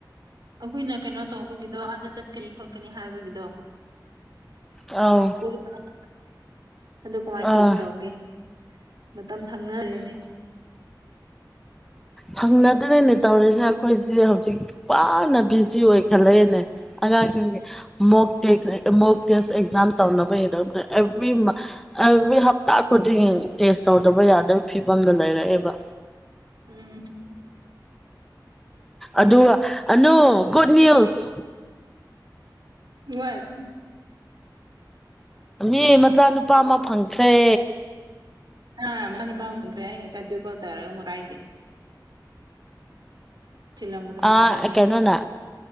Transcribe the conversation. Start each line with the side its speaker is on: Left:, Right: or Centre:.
Right: ꯑꯩꯈꯣꯏꯅ ꯀꯩꯅꯣ ꯇꯧꯕꯒꯤꯗꯣ ꯑꯥꯗ ꯆꯠꯀꯅꯤ ꯈꯣꯠꯀꯅꯤ ꯍꯥꯏꯕꯒꯤꯗꯣ
Centre: ꯑꯥꯎ
Right: <unintelligible> ꯑꯗꯨ ꯀꯃꯥꯏꯅ
Centre: ꯑꯥ
Right: ꯇꯧꯈ꯭ꯔꯒꯦ ꯃꯇꯝ ꯁꯪꯅꯗꯔꯦꯅꯦ
Centre: ꯁꯪꯅꯗꯔꯦꯅꯦ ꯇꯧꯔꯤꯁꯦ ꯑꯩꯈꯣꯏꯁꯦ ꯍꯧꯖꯤꯛ ꯋꯥꯅ ꯕꯤꯖꯤ ꯑꯣꯏꯈꯠꯂꯛꯑꯦꯅꯦ ꯑꯉꯥꯡꯁꯤꯡꯒꯤ ꯃꯣꯕ ꯇꯦ ꯃꯣꯕ ꯇꯦꯁ ꯑꯦꯛꯖꯥꯝ ꯇꯧꯅꯕꯩ ꯑꯦꯕ꯭ꯔꯤ ꯑꯦꯕꯔ꯭ꯤ ꯍꯞꯇꯥ ꯈꯨꯗꯤꯡ ꯇꯦꯁ ꯇꯧꯗꯕ ꯌꯥꯗꯕ ꯐꯤꯕꯝꯗ ꯂꯩꯔꯛꯑꯦꯕ
Right: ꯎꯝ
Centre: ꯑꯗꯨꯒ ꯑꯅꯨ ꯒꯨꯗ ꯅ꯭ꯌꯨꯁ
Right: ꯅꯨꯉꯥꯏ ꯑꯗꯨꯝ
Centre: ꯃꯤ ꯃꯆꯥꯅꯨꯄꯥ ꯑꯃ ꯐꯪꯈ꯭ꯔꯦ
Right: ꯑ ꯃꯆꯥꯅꯨꯄ ꯑꯃꯥ ꯐꯪꯈꯔꯦ ꯑꯩ ꯉꯁꯥꯏ ꯕꯤꯗꯤꯑꯣ ꯀꯣꯜ ꯇꯧꯔꯒ ꯄꯥꯥꯏꯗꯦ ꯊꯤꯜꯂꯝꯒꯗꯧ
Centre: ꯑꯥ
Right: ꯃꯥꯜꯂꯦ ꯑꯗꯩ
Centre: ꯀꯩꯅꯣꯅ
Right: ꯑꯁ